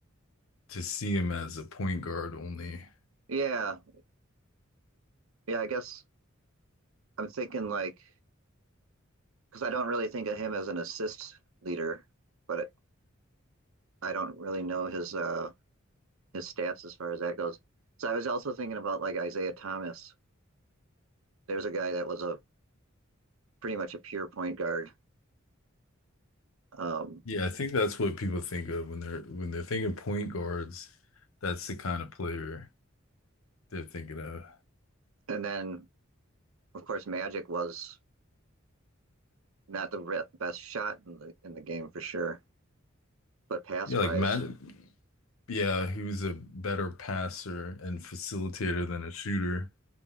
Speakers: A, on the left; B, on the right.
A: to see him as a point guard only.
B: yeah, yeah. I guess I'm thinking like because I don't really think of him as an assist leader, but it, I don't really know his uh, his stats as far as that goes. So I was also thinking about like Isaiah Thomas. There's a guy that was a pretty much a pure point guard. Um,
A: Yeah, I think that's what people think of when they're when they're thinking point guards. That's the kind of player they're thinking of.
B: And then, of course, Magic was not the re- best shot in the in the game for sure, but pass
A: Yeah,
B: wise,
A: like Matt. Yeah, he was a better passer and facilitator than a shooter.